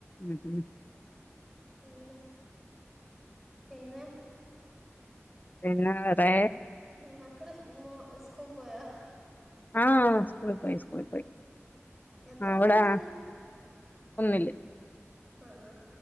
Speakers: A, on the left; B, in the centre.
A: ഉം ഉം
B: അങ്ങനെ പിന്നെ
A: പിന്നെ വെറേ
B: മക്കള് സ മോ സ്കൂ പോയോ
A: ആഹ് സ്കൂളി പോയി സ്കൂളി പോയി
B: എത്രലാ
A: ആഹ് ഇവിടെ
B: പഠിക്കുന്നേ
A: ഒന്നില്
B: ആ ആ